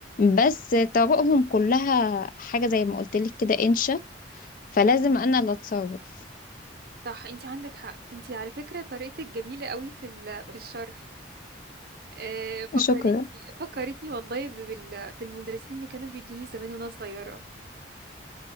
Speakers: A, on the left; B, on the right.
A: بس طرقهم كلها حاجة زي ما قلتلك كده إنشا فلازم أنا اللي أتصرف
B: صح انت عندك حق انت على فكرة طريقتك جميلة قوي في ال- <laughs> في الشرح آه، فكرتني
A: شكرا
B: فكرتني والله ب- بال- بالمدرسين اللي كانوا بيدوني زمان وانا صغيرة